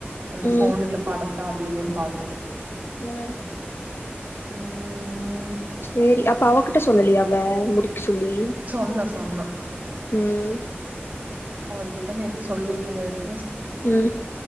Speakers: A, on the right; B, on the left.
A: அந்த
B: ம்
A: ஃபோனு இதுல பட த்த அது இதுன்னு பாத்துட்டு
B: ம்
A: ம்
B: சேரி அப்ப அவகிட்ட சொல்லலயா அவ முடிக்க சொல்லி?
A: சொன்னா சொன்னா
B: ம்
A: அவ அதுக்குதா நேத்து சொல்லிட்டு இருந்தது
B: ம்